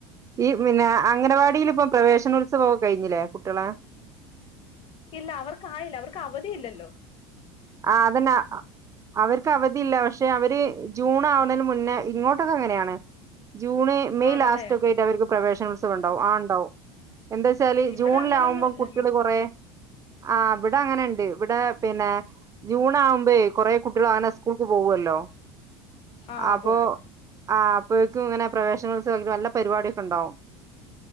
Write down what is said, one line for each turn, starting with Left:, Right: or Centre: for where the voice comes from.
Right: ഈ പിന്നെ അംഗനവാടീൽ ഇപ്പം പ്രവേശനോത്സവം ക്കെ കഴിഞ്ഞില്ലേ കുട്ടികളെ
Left: ഇല്ല അവർക്കായില്ല അവർക്ക് അവധി ഇല്ലല്ലോ
Right: ആഹ അതന്ന അവർക്ക് അവധി ഇല്ല പക്ഷെ അവര് ജൂൺ ആവുന്നതിന് മുന്നേ ഇങ്ങോട്ടൊക്കെ അങ്ങനെയാണ് ജൂണ് മെയ്
Left: ആണല്ലേ
Right: ലാസ്റ്റ് ഒക്കെ ആയിട്ട് അവർക്ക് പ്രവേനോത്സവ ണ്ടാവും ആ ഉണ്ടാവും എന്താ ന്താച്ചാല്
Left: ഇവിടെ
Right: ജൂണിലാകുമ്പോം
Left: അങ്ങനൊന്നും ഇല്ല
Right: കുട്ടികൾ കൊറേ ആ ഇവിടെ അങ്ങനെണ്ട് ഇവിടെ പിന്നെ ജൂൺ ആകുമ്പേയ് കൊറേ കുട്ടികൾ അങ്ങനെ സ്കൂൾക്ക് പോവല്ലോ
Left: ആ
Right: അപ്പൊ
Left: പോകും
Right: ആഅപ്പോഴേക്കും ഇങ്ങനെ പ്രവേശനോത്സവം നല്ല പരിപാടിയൊക്കെ ഉണ്ടാവും